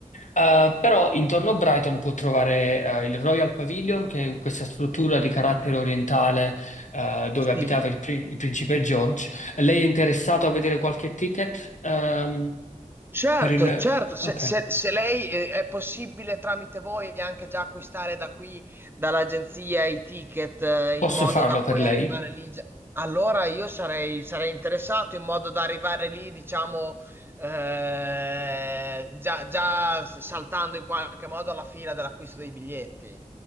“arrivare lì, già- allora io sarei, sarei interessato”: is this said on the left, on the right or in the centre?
Right